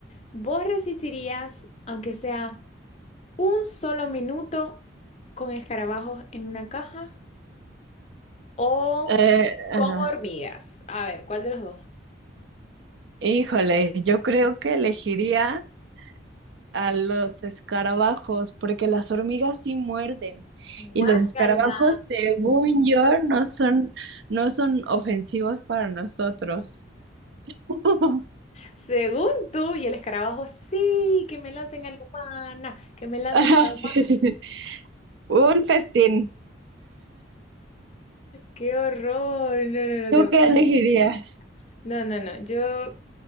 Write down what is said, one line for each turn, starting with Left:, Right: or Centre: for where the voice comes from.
Left: ¿Vos resistirías, aunque sea un solo minuto, con escarabajos en una caja o
Right: Eh, ajá.
Left: con hormigas? A ver, ¿cuál de los dos?
Right: Híjole, yo creo que elegiría a los escarabajos, porque las hormigas sí muerden. Y
Left: Guácala.
Right: los escarabajos, según yo, no son, no son ofensivos para nosotros. <laughs>
Left: Según tú, y el escarabajo, sí, que me lancen a la humana, que me lancen
Right: Ajá,
Left: a la
Right: sí.
Left: humana.
Right: sí, sí. Un festín.
Left: ¡Qué horror! No, no, no,
Right: ¿Tú
Left: te vas
Right: qué
Left: a-
Right: elegirías?
Left: No, no, no, yo